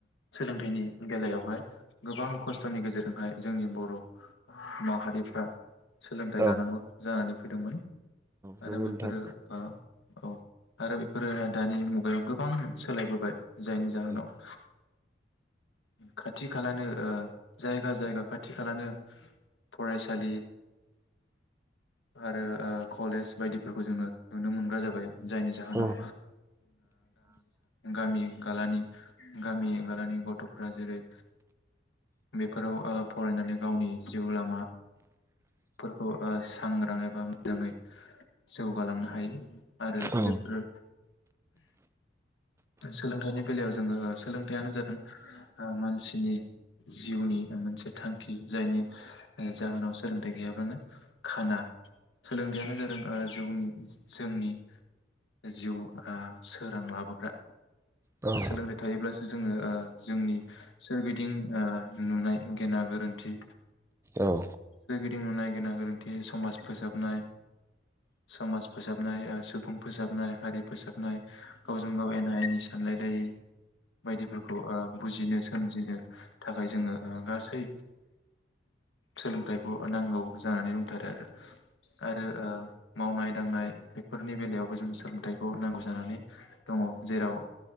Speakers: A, on the left (about 80°); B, on the right (about 15°).
A: सोलोंथाइनि बेलायावहाय गोबां खस्थ'नि गेजेरजोंहाय जोंनि बर' माहारिफ्रा सोलोंथाइ
B: औ
A: लानांगौ जानानै फैदोंमोन
B: नंगौ
A: आरो बेफोर
B: नोंथां
A: औ आरो बेफोरो दानि मुगायाव गोबां सोलायबोबाय जायनि जाहोनाव
B: औ
A: खाथि खालानो जायगा जायगा खाथि खालानो फरायसालि आरो कलेज बायदिफोरखौ जोङो नुनो मोनग्रा जाबाय जायनि जाहोनाव
B: औ
A: गामि गालानि गामि <unintelligible> गथ'फ्रा जेरै बेफोराव फरायनानै गावनि जिउ लामाफोरखौ सांग्रां एबा मोजाङै जौगालांनो हायो आरो
B: औ
A: बेफोर सोलोंथाइनि बेलायाव जोङो सोलोंथाइयानो जादों मानसिनि जिउनि मोनसे थांखि जायनि जाहोनाव सोलोंथाइ गैयाब्लानो खाना सोलोंथाइयानो जादों जनि जोंनि जिउआ सोरां लाबोग्रा
B: औ
A: सोलोंथाइ थायोब्लासो जोङो जोंनि सोरबिथिं दिं नुनाय गेना गोरोन्थि
B: औ
A: दिं गेना गोरोन्थि समाज फोसाबनाय समाज फोसाबनाय सुबुं फोसाबनाय हारि फोसाबनाय गावजों गाव एना एनि सानलायलायि बायदिफोरखौ बुजिनो सोमजिनो थाखाय जोङो गासै सोलोंथाइखौ नांगौ जानानै बुंथारो आरो आरो मावनाय दांनाय बेफोर नि बेलायावबो जोंङो सोलोंथाइखौ नांगौ जानानै दङ जेराव